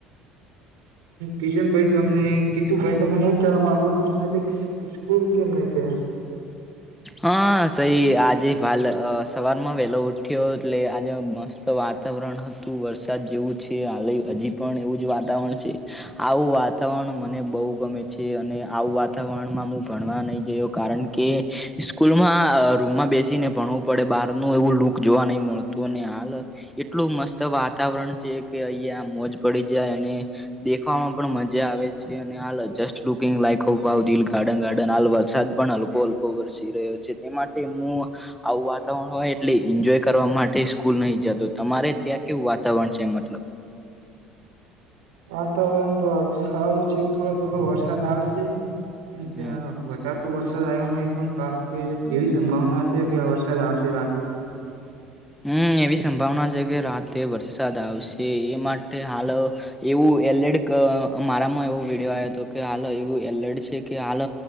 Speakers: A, on the right; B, in the centre.
A: કિશન ભાઈ તમને કીતુ ભાઈ તમને એ કવા માગુયા સ્કૂલ કેમ નહી કે
B: હા સઈ આજે વાાલ સવારમાં વેલો ઉઠ્યો એટલે આજે મસ્ત વાતાવરણ હતું વરસાદ જેવું છે હલ હજીબ પણ એવું જ વાતાવરણ છે આવું વાત વાતાવરણ મને બહુ ગમે છે અને આવું વાતાવરણમાં હું ભણવા નહી ગયો કારણ કે સ્કૂલમાં રૂમમાં બેસીને ભણવું પડે બહાર નું એવું લુક જોવા નહી મળતું અને હાલ એટલું મસ્ત વાતાવરણ છે કે અહિયાંયા મોજ પડી જાય અને દેખવામાં પણ મજા આવે છે અને હાલ જસ્ટ લુકિંગ લાઈકભાલ ગાર્ડન ગાર્ડન હાલ વરસાદ પણ હલકો હલકો વરસી રહ્યો છે તે માટે હું આવું વાતાવરણ હોય એટલે એન્જોય કરવા માટે સ્કૂલ નહી જતો તમારે ત્યાં કેવું વાતાવરણ છે મતલબ
A: વાતાવરણ તો હાલ તો સવા ઉચિત થોડો થોડો વરસાદ આવે છે્યાં
B: હમ
A: વધ તો વરસાદ આવ્યો નહી પણ કારણ કે એવી સંભાવના છે કે આ વરસાદ આવશે રાતે પણ
B: હમ એવી સંભાવના છે કે રાતે વરસાદ આવશે એ માટે હાલ એવું એલડ મારામાં એવો વિડિયો આવયો હતો કે હાલ એવું એલડ છે કે હાલ